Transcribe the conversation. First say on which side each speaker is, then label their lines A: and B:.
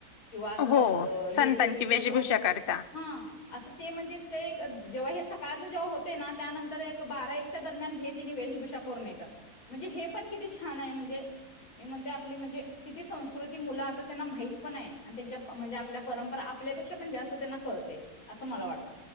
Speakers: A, on the left; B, on the left.
A: किंवा असं
B: हो संतांची
A: हे देवीचं
B: वेशभूषा
A: किंवा ह्याचं,
B: करता
A: हा. असं ते म्हणजे ते जेव्हा हे सकाळच जेव्हा होतय ना त्यानंतर एक बारा एक- दरम्यान हे तिन्ही वेशभूषा करून येतात. म्हणजे हे पण किती छान आहे म्हणजे- मी म्हणते आपली म्हणजे किती संस्कृती मुलं आता त्यांना माहित पण आहे. आणि त्यांच्या म्हणजे, आपल्या परंपरा आपल्यापेक्षा पण जास्त त्यांना कळतय असं मला वाटत.